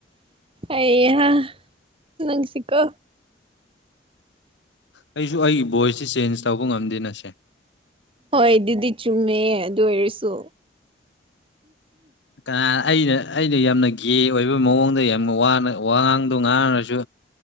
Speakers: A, on the right; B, on the left.
A: ꯑꯩꯍ ꯅꯪꯁꯤꯀꯣ
B: ꯑꯩꯁꯨ ꯑꯩꯒꯤ ꯚꯣꯏꯁꯁ ꯆꯦꯟꯖ ꯇꯧꯕ ꯉꯝꯗꯦ ꯅꯁꯦ
A: ꯍꯣꯏ ꯑꯗꯨꯗꯤ ꯆꯨꯝꯃꯦ ꯑꯗꯨ ꯑꯣꯏꯔꯁꯨ
B: ꯀꯅꯥ ꯑꯩꯅ ꯑꯩꯅ ꯌꯥꯝꯅ ꯒꯦ ꯑꯣꯏꯕ ꯃꯑꯣꯡꯗ ꯌꯥꯝꯅꯅ ꯋꯥ ꯉꯥꯡꯗꯣ ꯉꯥꯡꯉꯔꯁꯨ